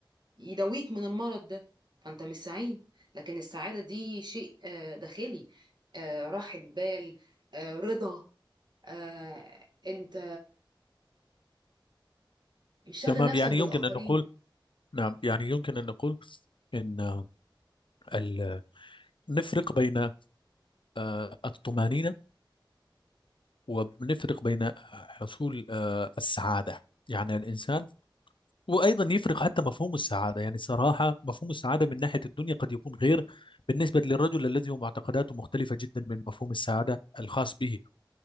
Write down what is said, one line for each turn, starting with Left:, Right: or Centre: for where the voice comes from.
Right: يداويك من المرض ده فانت مش سعيد لكن السعادة دي شيء آه، داخلي آه، راحة بال آه، رضا آه، انت مش شاغل
Left: تمام
Right: نفسك
Left: يعني
Right: بالآخرين
Left: يمكن أن نقول نعم يعني يمكن أن نقول إن آه، ال- نفرق بين آه، الطمأنينة ونفرق بين آه، حصول آه، السعادة يعني الإنسان وأيضا يفرق حتى مفهوم السعادة يعني صراحة مفهوم السعادة من ناحية الدنيا قد يكون غير بالنسبة للرجل الذي هو معتقداته مختلفة جدا من مفهوم السعادة الخاص به